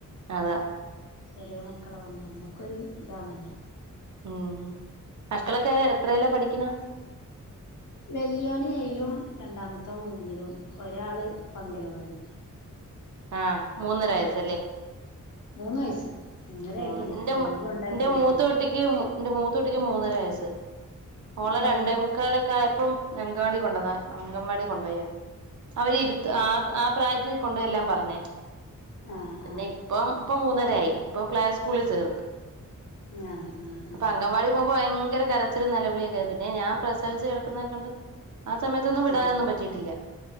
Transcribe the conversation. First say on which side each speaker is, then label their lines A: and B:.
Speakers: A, on the right; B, on the left.
A: അതാ
B: ചെറിയ മക്കളാവുമ്പോ നമ്മുക്കൊരു ഇതാണല്ലോ
A: ഉം മക്കളൊക്കെ എത്രയിലാ പഠിക്കണ്
B: വല്യോന് ഏഴിലും രണ്ടാമത്തോൻ മൂന്നിലും ഒരാള് ഇപ്പം അങ്കലവാടി
A: ആഹ് മൂന്നര വയസ്സല്ലേ
B: മൂന്ന് വയസ്സ് മൂന്നര
A: മൂന്ന്
B: ആയിട്ടില്ല
A: എന്റെ
B: മൂന്നില് കൊണ്ടാക്കീന്
A: എന്റെ മൂത്തകുട്ടിക്ക്
B: ഇപ്പൊ ഞാൻ
A: എന്റെ മൂത്ത മൂത്ത കുട്ടിക്ക് മൂന്നര വയസ്സ് ഓളെ
B: ഏ
A: രണ്ടേ മുക്കാലൊക്കെ ആയപ്പം അങ്കവാടി കൊണ്ടന്ന അങ്കംവാടി കൊണ്ടോയാക്കി അവര് ഇരുത്തോ ആ ആ പ്രായത്തില് കൊണ്ട് ചെല്ലാൻ പറഞ്ഞേ
B: ആ ആ
A: പിന്നെ
B: ആ
A: ഇപ്പം ഇപ്പൊ മൂന്നര ആയി ഇപ്പം പ്ലേ സ്കൂളിൽ ചേർത്ത്
B: ആ ആ ആ
A: അപ്പൊ അങ്കൻവാടി പോകുമ്പോ ഭയങ്കര കരച്ചിലും നിലവിളിയൊക്കെ ആയി. പിന്നെ ഞാൻ പ്രസവിച്ച് കിടക്കുന്നക്കെകൊണ്ട് ആ സമയത്തൊന്നും വിടാനൊന്നും
B: ഉം
A: പറ്റിയിട്ടില്ല